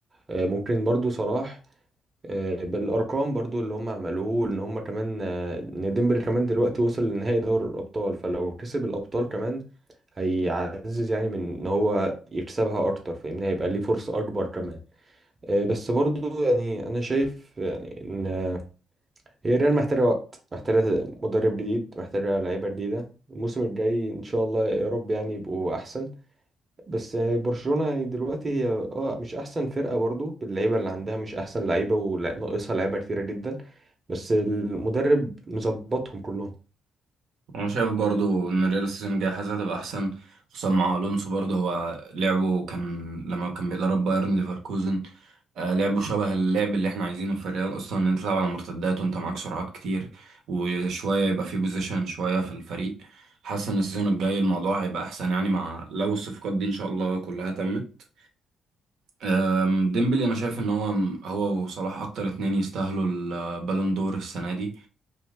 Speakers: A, on the right; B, on the right.
A: آه، ممكن برضو صلاح آه، بالارقام برضو اللي هم عملوه ان هم كمان آه، ان ديمبلي كمان دلوقتي وصل لنهائي دوري الابطال فلو كسب الابطال كمان هيعزز يعني من ان هو يكسبها اكتر فاهمني هيبقى ليه فرصة اكبر كمان آه، بس برضو يعني انا شايف يعني ان آه، هي ريال محتاجة وقت محتاجة مدرب جديد محتاجة لعيبة جديدة الموسم الجاي ان شاء الله يا رب يعني يبقوا احسن بس يعني برشلونة يعني دلوقتي هي اه مش احسن فرقة برضو اللعيبة اللي عندها مش احسن لعيبة وناقصها لعيبة كتيرة جدا بس المدرب مظبطهم كلهم
B: انا شايف برضو ان الريال السيزون الجاي حاسس هتبقى احسن خصوصا مع الونسو برضو هو لعبه كان لما كان بيدرب بايرن ليفركوزن آه لعبه شبه اللعب اللي احنا عايزينه في الريال اصلا ان انت تلعب على المرتدات وانت معاك سرعات كتير وشويه يبقى في بوزيشن شويه في الفريق حاسس ان السيزون الجاي الموضوع هيبقى احسن يعني مع لو الصفقات دي ان شاء الله كلها تمت آم، ديمبلي انا شايف ان هو هو وصلاح اكتر اتنين يستاهلوا البالون دور السنه دي